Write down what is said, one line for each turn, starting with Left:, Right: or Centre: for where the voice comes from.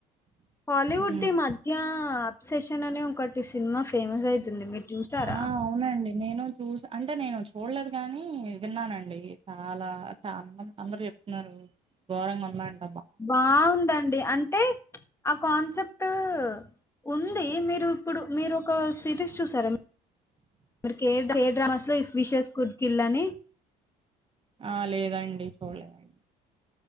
Left: హాలీవుడ్
Right: మ్మ్
Left: ది మధ్య అప్సెషన్ న్ అనే ఒకటి సినిమా ఫేమస్ అవుతుంది మీరు చూసారా
Right: ఆ అవునండి నేను చూసి అంటే నేను చూడలేదు కాగానీ విన్నానండి చాలా చా అం న్నారు గోరంగా ఉంది అన్నారు
Left: బాగుందండి అంటే ఆ కాన్సెప్ట్ ఉంది మీరు ఇప్పుడు మీరు ఒక సిరీస్ చూసారా రి ఏ డ్రామాస్ లో ఇఫ్ విషస్ కుడ్కిల్ల్ అని
Right: ఆ లేదండి చూడలేదడి